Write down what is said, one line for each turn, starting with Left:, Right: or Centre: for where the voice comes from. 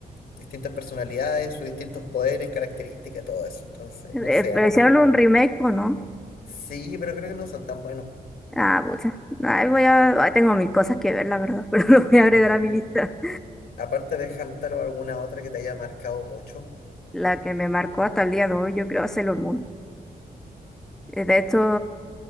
Left: distintas personalidades, sus distintos poderes, características, todo eso. Entonces,
Centre: Eh,
Left: no sé,
Centre: pero
Left: a lo
Centre: hicieron
Left: mejor.
Centre: un remake, pues, ¿no?
Left: Sí, pero creo que no son tan buenos.
Centre: Ah, pucha. Ahí voy a, ahí tengo mil cosas que ver, la verdad, <laughs> pero lo voy a agregar
Left: <laughs>
Centre: a mi lista.
Left: Aparte de Hamtaro, ¿alguna otra que te haya marcado mucho?
Centre: La que me marcó hasta el día de hoy, yo creo, es Sailor Moon. Eh, De hecho,